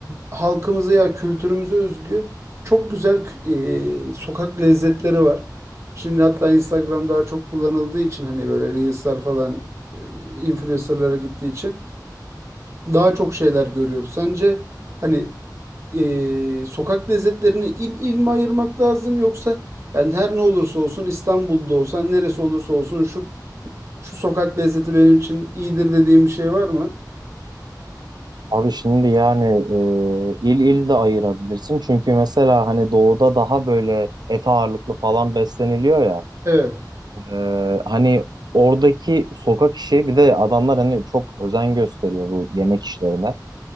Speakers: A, on the right; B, on the right.
A: halkımıza ya kültürümüze özgü çok güzel kü- e, sokak lezzetleri var. Şimdi hatta Instagram daha çok kullanıldığı için hani böyle Reels'lar falan e, influencer'lara gittiği için daha çok şeyler görüyoruz. Sence hani e, sokak lezzetlerini il il mi ayırmak lazım yoksa yani her ne olursa olsun İstanbul'da olsan neresi olursa olsun şu şu sokak lezzeti benim için iyidir dediğim bir şey var mı?
B: Abi şimdi yani e, il il de ayırabilirsin. Çünkü mesela hani doğuda daha böyle et ağırlıklı falan besleniliyor ya.
A: Evet.
B: E, hani oradaki sokak işi bir de adamlar hani çok özen gösteriyor bu yemek işlerine.